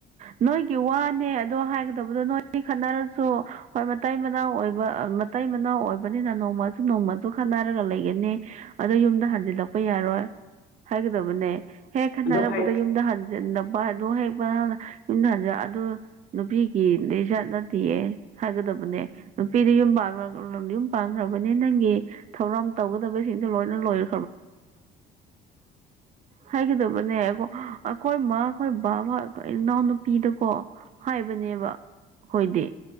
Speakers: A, on the right; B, on the left.
A: ꯅꯣꯏꯒꯤ ꯋꯥꯅꯦ ꯑꯗꯨ ꯍꯥꯏꯒꯗꯕꯗꯣ ꯅꯣꯏꯅꯤ ꯈꯠꯅꯔꯁꯨ ꯍꯣꯏ ꯃꯇꯩ ꯃꯅꯥꯎ ꯑꯣꯏꯕ ꯃꯇꯩ ꯃꯅꯥꯎ ꯑꯣꯏꯕꯅꯤꯅ ꯅꯣꯡꯃꯁꯨ ꯅꯣꯡꯃꯁꯨ ꯈꯠꯅꯔꯒ ꯂꯩꯒꯅꯤ ꯑꯗꯨ ꯌꯨꯝꯗ ꯍꯟꯖꯤꯜꯂꯛꯄ ꯌꯥꯔꯣꯏ ꯍꯥꯏꯒꯗꯕꯅꯦ ꯍꯦꯛ ꯈꯠꯟꯅꯔꯛꯄꯗ
B: ꯑꯗꯣ ꯍꯥꯏ
A: ꯌꯨꯝꯗ ꯍꯟꯖꯤꯟꯅꯕ ꯑꯗꯨ ꯍꯦꯛ ꯌꯨꯝꯗ ꯍꯟꯖꯤꯜ ꯑꯗꯨ ꯅꯨꯄꯤ ꯒꯤ ꯂꯤꯆꯠ ꯅꯠꯇꯤꯌꯦ ꯍꯥꯏꯒꯗꯕꯅꯦ ꯅꯨꯄꯤꯗꯤ ꯌꯨꯝ <unintelligible> ꯄꯥꯟꯈ꯭ꯔꯕꯅꯦ ꯅꯪ ꯒꯤ ꯊꯧꯔꯝ ꯇꯧꯒꯗꯕꯁꯤꯡꯗꯨ ꯂꯣꯏꯅ ꯂꯣꯏ
B: ꯍꯂꯣ <inaudible>
A: ꯍꯥꯏꯒꯗꯕꯅꯦ ꯑꯩꯈꯣꯏ ꯃꯥꯈꯣꯏ ꯕꯥꯕꯥ ꯏꯅꯥꯎꯅꯨꯄꯤꯗꯀꯣ ꯍꯥꯏꯕꯅꯦꯕ ꯑꯩꯈꯣꯏꯗꯤ